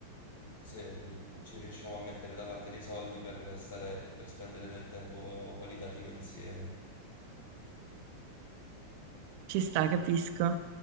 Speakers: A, on the left; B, on the right.
A: se ci riusciamo a mettere da parte dei soldi per stare, per spendere del tempo qualitativo insieme.
B: ci sta, capisco.